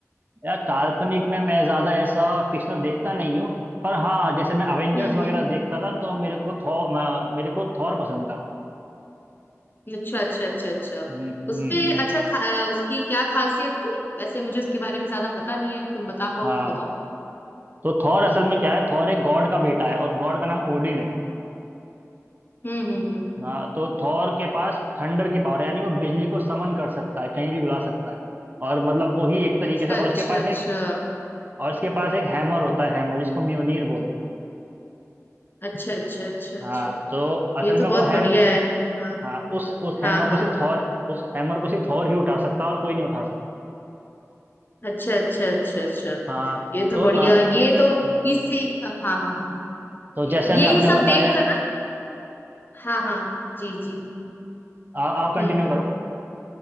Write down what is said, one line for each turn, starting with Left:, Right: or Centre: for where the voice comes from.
Right: यार काल्पनिक में मैं ज्यादा ऐसा फिक्शनल देखता नहीं हूँ पर हाँ जैसे मैं अवेंजर्स
Left: हम्म
Right: वगैरह
Left: हम्म
Right: देखता था तो मेरे को थॉर मेरे को थॉर पसंद था
Left: अच्छा अच्छा अच्छा अच्छा
Right: हम्म हम्म,
Left: उसपे अच्छा खा, उसकी क्या खासियत थी वैसे मुझे उसके बारे में ज्यादा पता नहीं है तुम बता पाओ
Right: हाँ
Left: तो बताओ
Right: तो थॉर असल में क्या है थॉर एक गॉड का बेटा है और गॉड का नाम ओडिन है
Left: हम्म हम्म हम्म
Right: हाँ तो थॉर के पास थंडर की पावर यानी वो बिजली को समन कर सकता है कहीं भी बुला सकता है और मतलब वो ही एक तरीके
Left: अच्छा
Right: से और
Left: अच्छा
Right: उसके पास
Left: अच्छा
Right: एक और उसके पास एक हैमर होता है हैमर जिसको म्योनीर बोलते हैं
Left: अच्छा अच्छा अच्छा अच्छा
Right: हाँ तो असल
Left: ये तो
Right: में वो
Left: बहुत
Right: हैम
Left: बढ़िया है हाँ
Right: हाँ उस उस हैमर
Left: हाँ हाँ
Right: को सिर्फ
Left: हाँ
Right: थॉर उस हैमर को सिर्फ थॉर ही उठा सकता है और कोई नहीं उठा
Left: अच्छा अच्छा अच्छा अच्छा
Right: हाँ
Left: ये तो
Right: तो
Left: बढ़िया
Right: आ,
Left: ये तो
Right: हम्म,
Left: इसी हाँ हाँ हाँ हाँ।
Right: तो
Left: ये-
Right: जैसे अभी
Left: यही
Right: आपने
Left: सब
Right: बताया
Left: देख कर ना हाँ हाँ जी जी
Right: आ, आप कंटिन्यू
Left: हम्म
Right: करो